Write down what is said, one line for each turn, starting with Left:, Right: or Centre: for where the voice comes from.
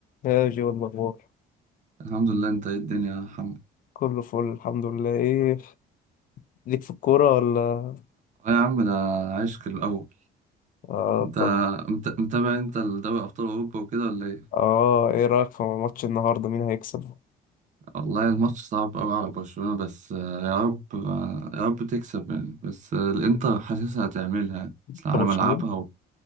Left: يا جي والأخبار
Right: الحمد لله انت ايه الدنيا يا محمد
Left: كله فل الحمد لله ايه ليك في الكورة ولا
Right: اه يا عم ده عشق الاول
Left: اه
Right: انت
Left: طب
Right: مت- متابع انت دوري ابطال اوروبا وكده ولا ايه
Left: اه ايه رأيك في ماتش النهاردة مين هيكسب
Right: والله الماتش صعب قوي على برشلونة بس آه، يا رب آه، يا رب تكسب يعني بس آه، الانتر حاسسها هتعملها يعني.
Left: انت
Right: اصل على
Left: برشلوني
Right: ملعبها و...